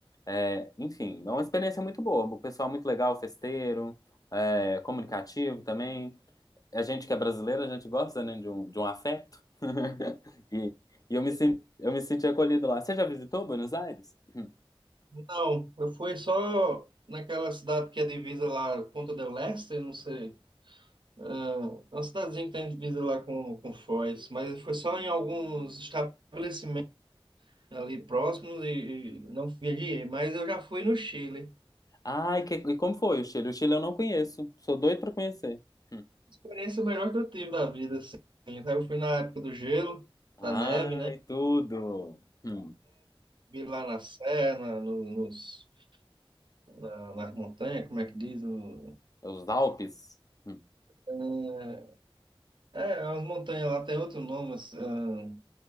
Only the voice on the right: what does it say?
Não, eu fui só naquela cidade que é divisa lá, Ponta del Este, não sei. É, É uma cidadezinha que tem divisa lá com, com Foz, mas foi só em alguns estabelecimentos ali próximos e, e não viajei, mas eu já fui no Chile.
Experiência melhor que eu tive da vida, assim. Então, Eu fui na época do gelo,
da neve, né?
Vi lá na serra, no, nos, na- nas montanhas, como é que diz? No,
é, é, as montanhas lá tem outro nome, mas, ah,